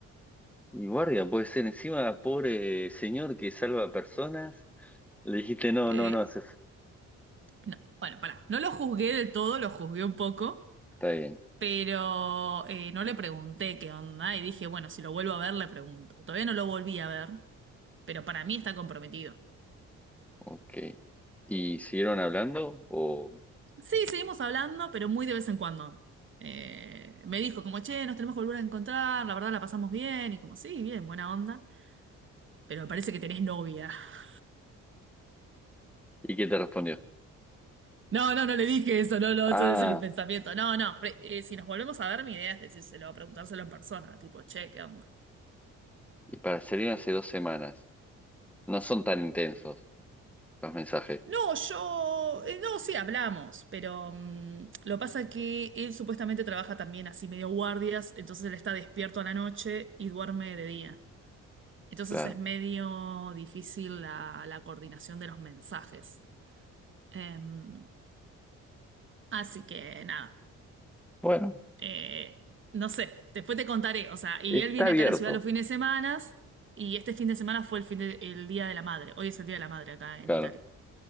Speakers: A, in the centre; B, on the right.
A: Y guardia, puede ser encima, pobre señor que salva personas. Le dijiste, no,
B: Eh,
A: no, no, se fu-".
B: no, bueno, pará. No lo juzgué del todo, lo juzgué un poco,
A: Está bien,
B: pero eh, no le pregunté qué onda. Y dije, bueno, si lo vuelvo a ver, le pregunto. Todavía no lo volví a ver. pero para mí está comprometido.
A: ok. ¿Y siguieron hablando? O...
B: Sí, seguimos hablando, pero muy de vez en cuando. Eh, me dijo como, che, nos tenemos que volver a encontrar, la verdad la pasamos bien, y como, sí, bien, buena onda, pero me parece que tenés novia. <laughs>
A: ¿Y qué te respondió?
B: No, no, no le dije eso, no, no,
A: Ah,
B: eso ese es mi pensamiento. No, no, pre- eh, si nos volvemos a ver, mi idea es decírselo, preguntárselo en persona, tipo, che, ¿qué onda?
A: y para salir hace dos semanas. No son tan intensos los mensajes,
B: No, yo, eh, no, sí, hablamos, pero mm, lo pasa que él supuestamente trabaja también así medio guardias, entonces él está despierto a la noche y duerme de día. Entonces
A: claro.
B: es medio difícil la, la coordinación de los mensajes. Em, así que nada,
A: Bueno,
B: eh, no sé, después te contaré. O sea, y
A: está
B: él viene
A: abierto,
B: acá a la ciudad los fines de semana y este fin de semana fue el, fin de- el Día de la Madre. Hoy es el Día de la Madre acá
A: claro.
B: en Italia.